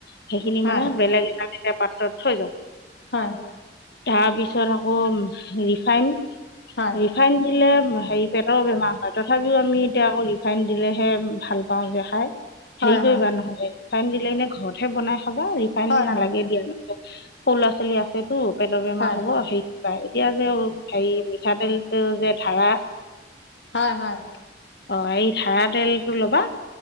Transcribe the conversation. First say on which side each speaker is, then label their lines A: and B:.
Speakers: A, on the left; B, on the left.
A: সেইখিনি
B: হয়
A: মানে বেলেগ এটা দুটা পাত্ৰত থৈ যাবা
B: হয়,
A: তাৰপিছত আকৌ ৰিফাইন -
B: হয়
A: ৰিফাইন দিলে হেৰি পেটৰ বেমাৰ হয়, তথাপিও আমি এতিয়া আকৌ ৰিফাইন দিলেহে ভাল পাওঁ যে খাই।
B: হয়
A: হেৰি
B: হয়
A: কৰিবা নহ'লে ৰিফাইন দিলে, এনে ঘৰতহে বনাই খাবা ৰিফাইন
B: হয়
A: নালাগে দিয়া ন সৰু ল'ৰা ছোৱালী আছেতো পেটৰ বেমাৰ
B: হয়
A: হব সেই এতিয়া যে হেৰি মিঠাতেলটো যে ধাৰা
B: হয় হয়।
A: অ' এই ধাৰা তেলটো ল'বা